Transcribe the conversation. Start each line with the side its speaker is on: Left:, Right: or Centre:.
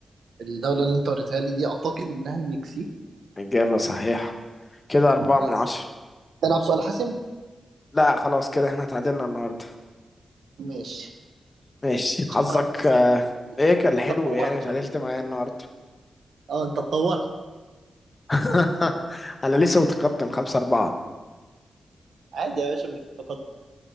Right: الدولة اللي انت وريتها لي دي اعتقد انها المكسيك
Left: إجابة صحيحة كده أربعة
Right: يس
Left: من عشرة
Right: تلعب سؤال حاسم
Left: لا خلاص كده احنا اتعادلنا النهاردة
Right: ماشي
Left: ماشي
Right: مش
Left: حظك
Right: هتعرف بس انت
Left: ايه كان حلو
Right: اتطورت
Left: يعني وتعادلت
Right: شكلك
Left: معايا النهاردة
Right: اه انت اتطورت
Left: <laughs> أنا لسه متقدم خمسة أربعة
Right: عادي يا باشا مش بالتقدم